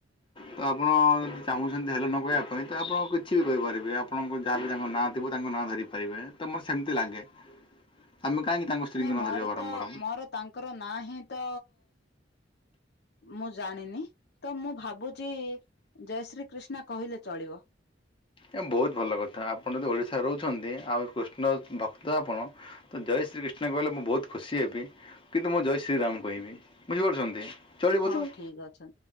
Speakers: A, on the left (about 25°); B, on the left (about 60°).
A: ତ ଆପଣ ଯଦି ଚାହୁଁଛନ୍ତି ହେଲୋ ନ କହିବା ପାଇଁ ତ ଆପଣ କିଛି ବି କହିପାରିବେ। ଆପଣଙ୍କୁ ଯାହାବି ତାଙ୍କ ନାଁ ଥିବ ତାଙ୍କ ନାଁ ଧରିପାରିବେ। ତ ମୋତ ସେମିତି ଲାଗେ। ଆମେ କାହିଁକି ତାଙ୍କ ସ୍ତ୍ରୀଙ୍କ
B: ନା ମୋର
A: ନାଁ ଧରିବା ବାରମ୍ବାର।
B: ତ ମୋର ତାଙ୍କର ନାଁ ହିଁ ତ ମୁଁ ଜାଣିନି। ତ ମୁଁ ଭାବୁ ଚି ଜୟ ଶ୍ରୀ କ୍ରିଷ୍ଣା କହିଲେ ଚଳିବ।
A: ଏ ବହୁତ୍ ଭଲ କଥା। ଆପଣ ଯଦି ଓଡ଼ିଶାରେ ରହୁଚନ୍ତି, ଆଉ କୃଷ୍ଣ ଭକ୍ତ ଆପଣ ତ ଜୟ ଶ୍ରୀ କ୍ରିଷ୍ଣା କହିଲେ ମୁଁ ବହୁତ ଖୁସି ହେବି। କିନ୍ତୁ ମୁଁ ଜୟ ଶ୍ରୀରାମ କହିବି। ବୁଝିପାରୁଛନ୍ତି। ଚଳିବ
B: ହଉ
A: ତ ହଁ
B: ଠିକ୍ ଅଛ।